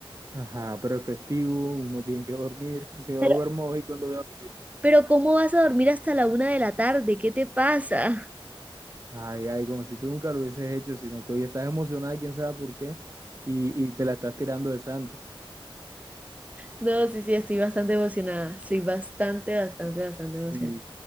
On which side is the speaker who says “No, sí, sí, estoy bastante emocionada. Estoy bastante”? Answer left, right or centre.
Right